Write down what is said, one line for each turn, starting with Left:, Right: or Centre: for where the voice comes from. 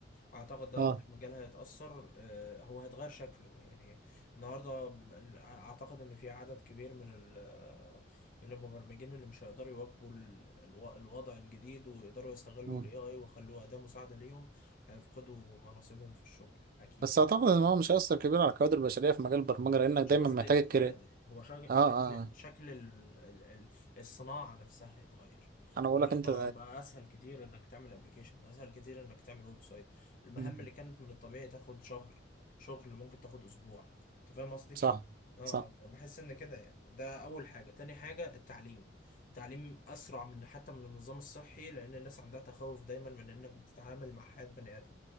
Left: اعتقد ده
Right: آه
Left: اكتر مجال هيتأثر آه، هو هيتغير شكله يعني النهاردة ال- اعتقد ان في عدد كبير من ال- من المبرمجين اللي مش هيقدروا يواكبوا ال- الو- الوضع الجديد ويقدروا يستغلوا
Right: مم.
Left: الاي اي ويخلوه أداة مساعدة ليهم هيفقدوا مناصبهم في الشغل اكيد
Right: بس أعتقد إن هو مش هيأثر كبير على الكوادر البشرية في مجال البرمجة لأنك
Left: مش
Right: دايما
Left: قصدي
Right: محتاج
Left: الكوادر
Right: الكرا
Left: هو شغ-
Right: آه آه
Left: شكل
Right: آه.
Left: شكل ال- ال- ال- الصناعة نفسها يتغير
Right: أنا بقول
Left: النهارده
Right: لك أنت
Left: بقى اسهل كتير انك تعمل ابلكيشن بقى اسهل كتير انك تعمل ويب سايت المهام
Right: مم.
Left: اللي كانت من الطبيعي تاخد شهر شغل ممكن تاخد اسبوع انت فاهم قصدي
Right: صح
Left: اه
Right: صح
Left: بحس ان كده يعني ده اول حاجة تاني حاجة التعليم التعليم اسرع من حتى من النظام الصحي لان الناس عندها تخوف دايما من انك بتتعامل مع حياة بني ادم